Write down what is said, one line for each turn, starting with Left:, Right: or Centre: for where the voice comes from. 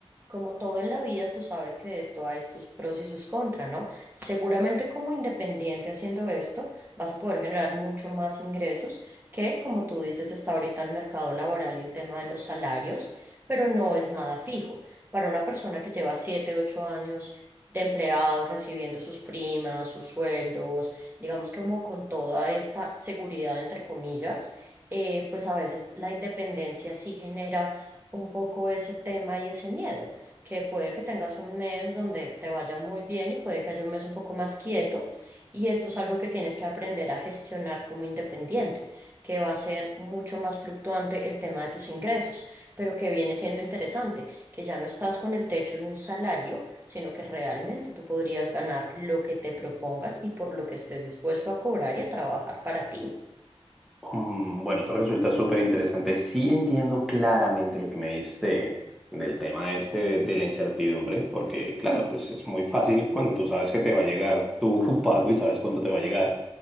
Right: como todo en la vida, tú sabes que de esto hay tus pros y sus contras, ¿no? Seguramente como independiente haciendo esto, vas a poder generar mucho más ingresos que, como tú dices, está ahorita el mercado laboral y el tema de los salarios, pero no es nada fijo. Para una persona que lleva siete ocho años de empleado, recibiendo sus primas, sus sueldos, digamos que como con toda esta seguridad, entre comillas, eh, pues a veces la independencia sí genera un poco ese tema y ese miedo que puede que tengas un mes donde te vaya muy bien y puede que haya un mes un poco más quieto. Y esto es algo que tienes que aprender a gestionar como independiente, que va a ser mucho más fluctuante el tema de tus ingresos, pero que viene siendo interesante, que ya no estás con el techo de un salario, sino que realmente tú podrías ganar lo que te propongas y por lo que estés dispuesto a cobrar y a trabajar para ti.
Centre: Mm, Bueno, eso resulta súper interesante. Sí entiendo claramente lo que me dices de- del tema este de la incertidumbre, porque claro, pues es muy fácil cuando tú sabes que te va a llegar tu <laughs> pago y sabes cuánto te va a llegar